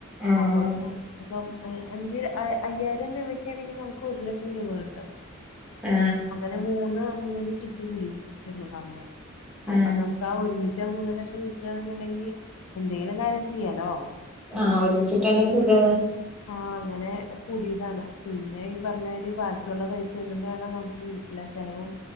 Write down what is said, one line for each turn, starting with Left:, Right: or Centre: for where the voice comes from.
Centre: ആഹ്
Left: അപ്പൊ ഒരു ഇപ്പം. എ അഞ്ച് എ അയ്യായിരം രൂപക്കെണെങ്കി ന്നമുക്കൊരു ലക്ഷം രൂപ കിട്ടും.
Centre: ആ.
Left: നെ മൂന്ന് മൂന്ന് ചിട്ടി കൂടിട്ട്ണ്ട് നമ്മള് അപ്പൊ
Centre: ആഹ്
Left: ന്നമുക്കാഒരുമിച്ച്. ട്യാ മൂന്ന് ലക്ഷം കിട്ട്യാണ്ന്ന്ണ്ടെങ്കി എന്തെങ്കിലോര് കാര്യം ചെയ്യാലോ.
Centre: ആ ഒരുമിച്ചിട്ടാണെങ്കി സുഖാണ്.
Left: ആ അങ്ങനെ കൂടിതാണ് പിന്നെ ഈ പറഞ്ഞെ. ഇ ബാക്കിയുള്ള പൈസ കൊണ്ട് വേണം ന്നമുക്ക് വീട്ടിലെ ചെലവും.